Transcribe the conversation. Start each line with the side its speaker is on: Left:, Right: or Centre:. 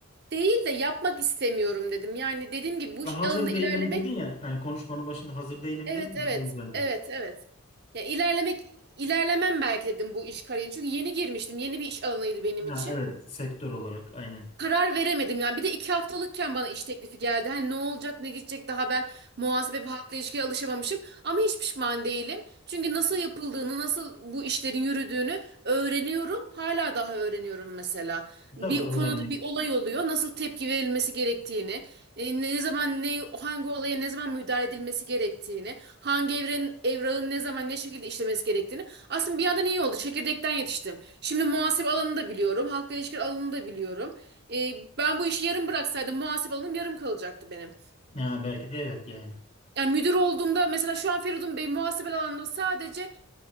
Right: değil de yapmak istemiyorum dedim. Yani dediğim gibi bu
Left: Ve
Right: iş
Left: hazır
Right: alanında ilerlemek
Left: değilim dedin ya. Yani konuşmanın başında hazır değilim
Right: Evet
Left: dedin.
Right: evet
Left: ya, O yüzden dedim.
Right: evet evet. Ya ilerlemek ilerlemem belki dedim bu iş kariyeri. Çünkü yeni girmiştim. Yeni bir iş alanıydı benim için
Left: Ha, evet sektör olarak aynen.
Right: karar veremedim yani. Bir de iki haftalıkken bana iş teklifi geldi. Hani ne olacak ne gidecek daha ben muhasebe ve halkla ilişkiye alışamamışım. Ama hiç pişman değilim. Çünkü nasıl yapıldığını, nasıl bu işlerin yürüdüğünü öğreniyorum. Hala daha öğreniyorum mesela. Bir
Left: Tabii
Right: konuda
Left: öğrenmek.
Right: bir olay oluyor. Nasıl tepki verilmesi gerektiğini, e, ne zaman ne hangi olaya ne zaman müdahale edilmesi gerektiğini, hangi evrenin evrağın ne zaman ne şekilde işlemesi gerektiğini. Aslında bir yandan iyi oldu. Çekirdekten yetiştim. Şimdi muhasebe alanını da biliyorum. Halkla ilişkiler alanını da biliyorum. Ee, ben bu işi yarım bıraksaydım muhasebe alanım yarım kalacaktı benim.
Left: Ya belki de evet yani.
Right: Yani müdür olduğumda mesela şu an Feridun Bey muhasebe alanında sadece